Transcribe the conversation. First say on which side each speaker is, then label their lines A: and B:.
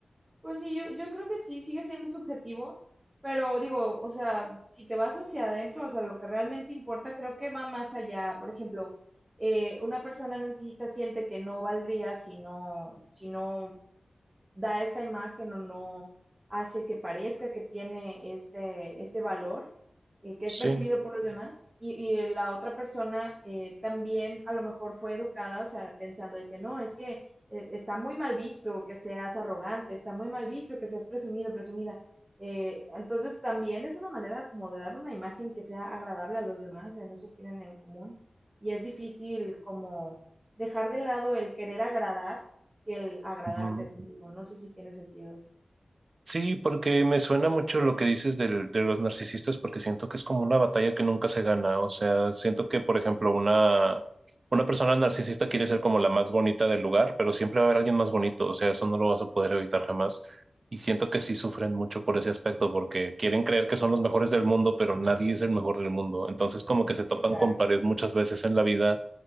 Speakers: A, on the right; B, on the right.
A: Pues sí, yo, yo creo que sí, sigue siendo subjetivo, pero digo, o sea, si te vas hacia adentro, o sea, lo que realmente importa creo que va más allá. Por ejemplo, eh, una persona narcisista siente que no valdría si no, si no da esta imagen o no hace que parezca que tiene este, este valor eh, que
B: Sí.
A: es percibido por los demás y, y la otra persona eh, también a lo mejor fue educada, o sea, pensando de que no, es que eh, está muy mal visto que seas arrogante, está muy mal visto que seas presumido, presumida. Eh, entonces también es una manera como de dar una imagen que sea agradable a los demás, en eso tienen en común y es difícil como dejar de lado el querer agradar que el agradarte
B: Ujú.
A: a ti mismo. No sé si tiene sentido.
B: Sí, porque me suena mucho lo que dices del- de los narcisistas, porque siento que es como una batalla que nunca se gana. O sea, siento que, por ejemplo, una, una persona narcisista quiere ser como la más bonita del lugar, pero siempre va a haber alguien más bonito. O sea, eso no lo vas a poder evitar jamás. Y siento que sí sufren mucho por ese aspecto, porque quieren creer que son los mejores del mundo, pero nadie es el mejor del mundo. Entonces, como que se topan
A: Exacto.
B: con pared muchas veces en la vida.